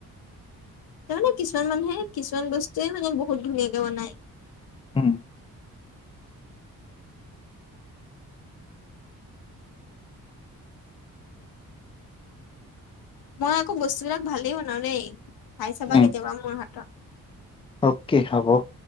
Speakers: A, on the left (about 75°); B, on the left (about 15°).
A: তাৰমানে কিছুমান মানুহে কিছুমান বস্তুৱে মানে বহুত ধুনীয়াকে বনায়।
B: হম
A: মই আকৌ বস্তু বিলাক ভালেই বনাও দেই খাই চাবা
B: উম
A: কেতিয়াবা মোৰ হাতত
B: অকে হব